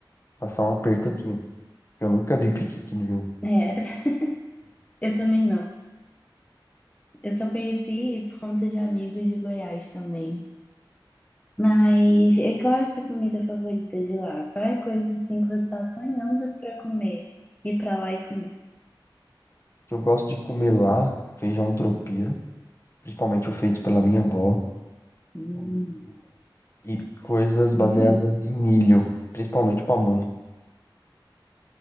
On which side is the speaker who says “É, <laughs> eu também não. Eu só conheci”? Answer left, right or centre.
Left